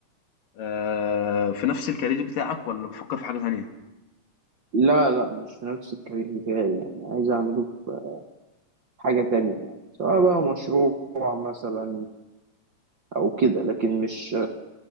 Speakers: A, on the left; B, on the right.
A: آه، في نفس الكارير بتاعك والّا بتفكّر في حاجة تانية؟
B: لا لا مش نفس الكارير بتاعي يعني عايز اعمله في حاجه تانية يعني سواء بقى مشروع مثلا او كده لكن مش